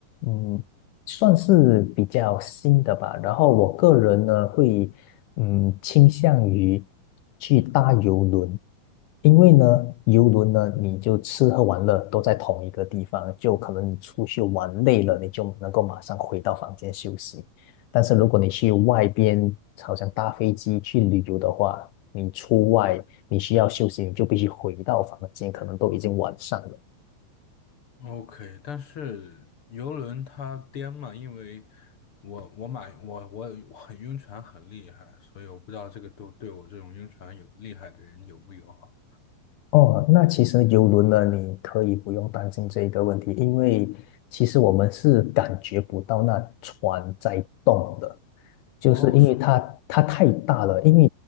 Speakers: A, on the left (about 85°); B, on the left (about 50°).
A: 嗯，算是比较新的吧。然后我个人呢，会嗯倾向于去搭游轮，因为呢，游轮呢，你就吃喝玩乐都在同一个地方，就可能你出去玩累了，你就能够马上回到房间休息。但是如果你去外边，好像搭飞机去旅游的话，你出外你需要休息，你就必须回到房间，可能都已经晚上了。
B: OK，但是游轮它颠嘛，因为我我买我我很晕船很厉害，所以我不知道这个对对我这种晕船有厉害的人友不友好。
A: 哦，那其实游轮呢，你可以不用担心这一个问题，因为其实我们是感觉不到那船在动的，就是因为它它太大了，
B: 哦，是吗？
A: 因为